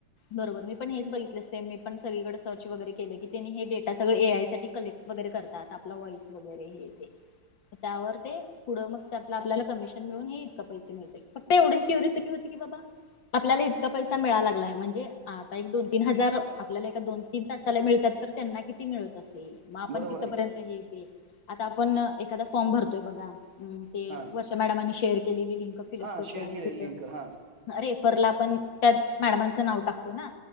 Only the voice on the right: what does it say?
बरोबर
आहे की
हा
हा
शेअर
केलेली
लिंक हा